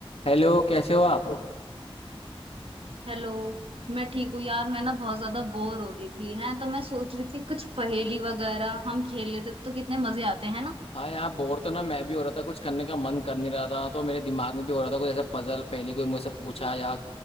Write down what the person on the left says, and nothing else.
Hello कैसे हो आप
हाँ यार बोर तो ना मैं भी हो रहा था कुछ करने का मन कर नहीं रहा था तो मेरे दिमाग में भी हो रहा था कुछ ऐसा पजल पहले कोई मुझसे पूछा या